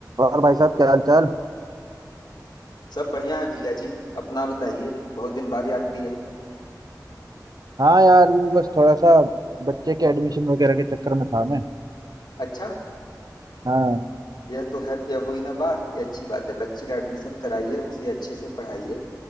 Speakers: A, on the right; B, on the left.
A: और भाई साहब क्या हाल चाल
B: सब बढ़िया है भैया जी अपना बताइए बहुत दिन बाद याद किए
A: हाँ यार वो बस थोड़ा सा बच्चे के एडमिशन वगैरह के चक्कर में था मैं
B: अच्छा
A: हाँ
B: यह तो है यह हुई ना बात यह अच्छी बात है बच्चे का एडमिशन कराइए उसे अच्छे से पढ़ाइए